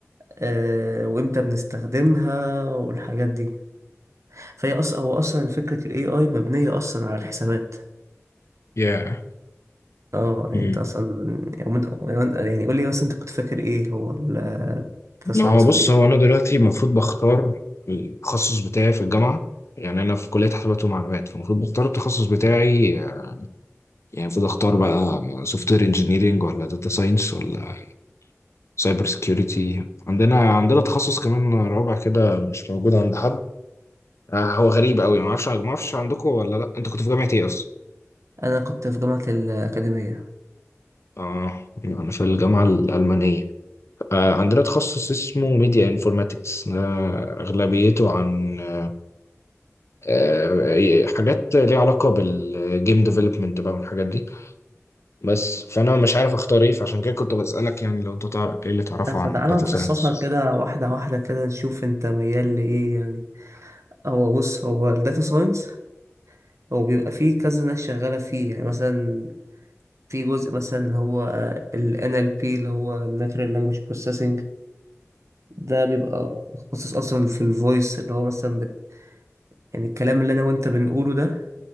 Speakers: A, on the right; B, on the left.
A: آه، وإمتى بنستخدمها والحاجات دي فهي أصلا هو أصلا فكرة ال AI مبنية أصلا على الحسابات
B: يا
A: اه يعني
B: امم
A: انت اصلا يعني وأنت- يعني قول لي مثلا انت كنت فاكر ايه هو ال- الداتا ساينس
B: لا هو بص
A: ولا ايه
B: هو انا دلوقتي المفروض بختار التخصص بتاعي في الجامعة يعني انا في كلية حسابات ومعلومات فالمفروض بختار التخصص بتاعي يعني المفروض اختار بقى سوفت وير انجينيرنج ولا داتا ساينس ولا سايبر سكيورتي عندنا عندنا تخصص كمان رابع كده مش موجود عند حد آه، هو غريب قوي ما اعرفش ما اعرفش عندكم ولا لا انت كنت في جامعه ايه اصلا
A: انا كنت في جامعة الأكاديمية
B: اه انا في الجامعه الالمانيه آه، عندنا تخصص اسمه ميديا انفورماتكس اغلبيته عن آه، آه، حاجات ليها علاقه بالجيم ديفلوبمنت بقى والحاجات دي بس فانا مش عارف اختار ايه فعشان كده كنت بسالك يعني لو انت تعرف ايه اللي تعرفه
A: لا، فتعالى
B: عن داتا
A: نفصصها
B: ساينس
A: كده واحدة واحدة كده نشوف انت ميال لإيه يعني هو بص هو الداتا ساينس هو بيبقى فيه كذا ناس شغالة فيه يعني مثلا في جزء مثلا اللي هو ال NLP اللي هو Natural Language Processing ده بيبقى متخصص أصلا في الفويس اللي هو مثلا بت... يعني الكلام اللي أنا وأنت بنقوله ده